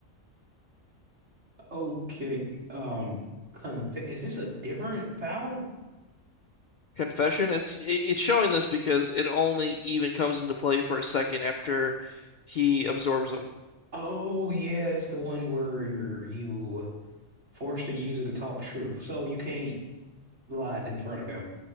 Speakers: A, on the right; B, on the left.
A: okay. Um, conf is this a different power?
B: Confession, it's it, it's showing this because it only even comes into play for a second after he absorbs them.
A: Oh yeah, that's the one where you force the user to talk truth. So you can't lie in front of him.